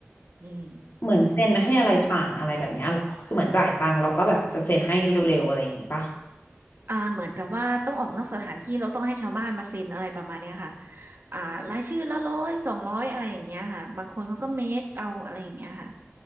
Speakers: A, on the right; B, on the left.
A: อืม
B: เหมือนเซ็นให้อะไรผ่านอะไรแบบเนี้ยเหรอ คือเหมือนจ่ายตังค์แล้วก็แบบจะเซ็นให้เร็วๆอะไรอย่างงี้ป่ะ
A: อ่าเหมือนกับว่าต้องออกนอกสถานที่เราต้องให้ชาวบ้านมาเซ็นอะไรประมาณเนี้ยค่ะอ่ารายชื่อละร้อยสองร้อยอะไรอย่างเงี้ยค่ะบางคนเขาก็เมคเอาอะไรอย่างเงี้ยค่ะ